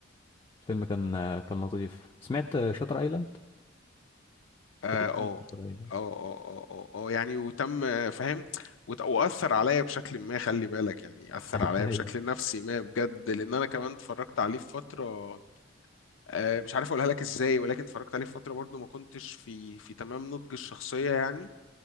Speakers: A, on the left; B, on the left.
A: الفيلم كان آه، كان لطيف سمعت شاتر ايلاند
B: اه
A: اكيد
B: اه
A: سمعت شاتر ايلاند
B: اه اه اه آه، آه، يعني وتم آه، فاهم وت- واثر عليا بشكل ما خلي بالك يعني اثر
A: <laughs>
B: عليا بشكل
A: ايوه
B: نفسي ما بجد لان انا كمان اتفرجت عليه في فتره آه، مش عارف اقولها لك ازاي ولكن اتفرجت عليه في فتره برضو ما كنتش في في تمام نضج الشخصيه يعني